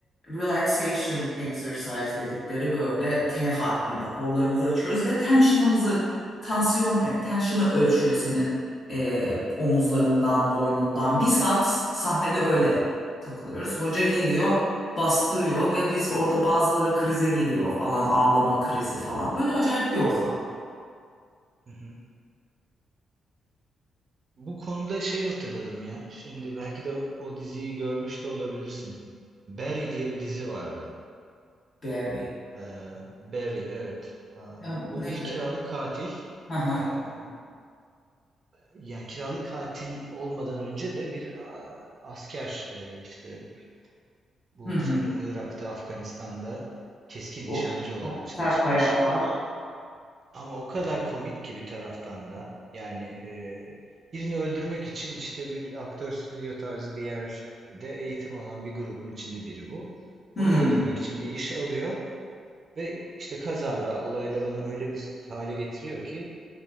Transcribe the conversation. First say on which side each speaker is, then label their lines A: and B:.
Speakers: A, on the left; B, on the right.
A: relaxation exercise dedikleri böyle T harfinde kollarımızı açıyoruz ve tension'ımızı tansiyon e, tension'ı ölçüyor senin e, omuzlarından boynundan bir saat sahnede öyle takılıyoruz hoca geliyor bastırıyor ve biz orada bazıları krize giriyor falan ağlama krizi falan böyle acayip bir ortam.
B: Hı hı. Bu konuda şey hatırladım ya. Şimdi belki de o diziyi görmüş de olabilirsin. Barry diye bir dizi vardı.
A: Berry.
B: Ee, Barry, evet. Am,
A: Ya,
B: Bu
A: neydi?
B: bir kiralık katil.
A: Hı hı.
B: Ee, yani kiralık katil olmadan önce de bir a- asker. Ee, işte bu
A: Hı hı.
B: sanırım Irak'ta, Afganistan'da keskin
A: Of
B: nişancı olarak
A: çok
B: çalışmış.
A: sert hayatlar.
B: Ama o kadar komik ki bir taraftan da yani e, birini öldürmek için işte bir aktör stüdyo tarzı bir yerde eğitim alan bir grubun içinde biri bu.
A: Hmm.
B: Onu öldürmek için bir iş alıyor ve işte kazara olaylar onu öyle bir hale getiriyor ki